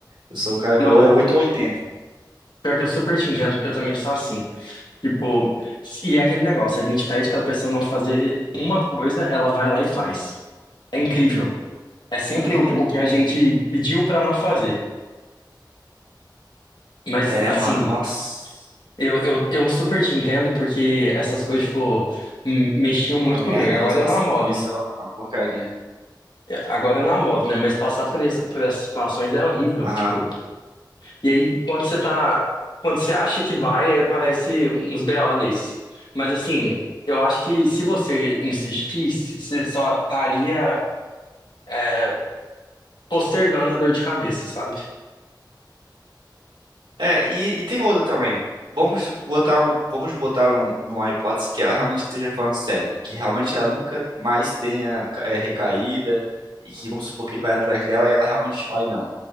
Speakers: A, on the right; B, on the left.
A: Eu sou um cara que
B: Não,
A: ou é oito ou 80.
B: pior que eu super te entendo, porque eu também sou assim. Tipo, e é aquele negócio, a gente pede pra pessoa não fazer uma coisa, ela vai lá e faz. É incrível. É sempre
A: Uhum.
B: o, o que a gente pediu pra não fazer. Mas,
A: É,
B: assim,
A: mano, nossa.
B: eu, eu, eu super te entendo porque essas coisas, tipo, m- mexiam
A: É
B: muito
A: uma merda
B: comigo. Agora
A: isso, passar
B: eu namoro.
A: por isso é uma é uma porcaria.
B: Agora eu namoro, né? Mas passar por, essa- por essas situações é horrível,
A: Aham.
B: tipo. E aí, quando você tá. Quando você acha que vai, aí aparece uns BO desse. Mas, assim, eu acho que se você insistisse, você só estaria, é, postergando a dor de cabeça, sabe?
A: É, e, e tem outra também. Vamos botar um, vamos botar um, numa hipótese que ela realmente esteja falando sério, que realmente ela nunca mais tenha é, recaída e que vamos supor que ele vai atrás dela e ela realmente fale não.